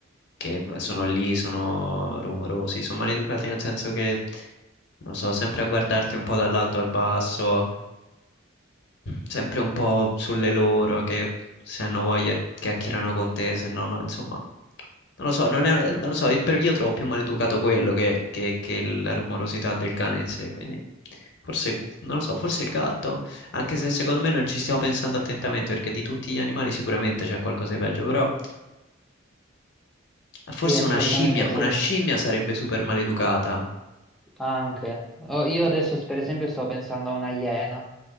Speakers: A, on the left; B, in the centre.
A: che sono lì, sono rumorosi, sono maleducati nel senso che, non so, sempre a guardarti un po' dall'alto al basso, sempre un po' sulle loro, che se hanno voglia chiacchierano con te, se no, no, insomma, non lo so, non è-
B: Mm.
A: non lo so, per io trovo più maleducato quello che, che- che la rumorosità del cane in sé, quindi forse, non lo so, forse il gatto, anche se secondo me non ci stiamo pensando attentamente, perché di tutti gli animali sicuramente c'è qualcosa di peggio, però forse
B: Sì, assolutamente,
A: una scimmia,
B: è solo
A: una scimmia sarebbe super maleducata,
B: Anche. Oh, io
A: che...
B: adesso per esempio sto pensando a una iena.